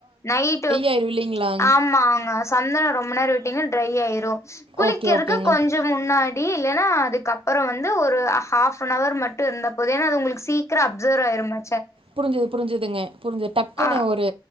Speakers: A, on the left; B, on the right.
A: நைட்டு
B: இல்லலைங்களா
A: ஆமாங்க சந்தனம் ரொம்ப நேரம் விட்டீங்க டிரை ஆயிரும் குளிக்கிறதுக்கு
B: ஓகே ஓகேங்க
A: கொஞ்சம் முன்னாடி இல்லன்னா அதுக்கப்புறம் வந்து ஒரு ஹாப் ஹவர் மட்டும் இருந்த போத ஏன்ன அது உங்களுக்கு சீக்கிரம் அப்சர் ஆயிருங்க
B: புரிஞ்சுது புரிஞ்சுதுங்க புரிஞ்சுது டக்குன்னு
A: ஆ
B: ஒரு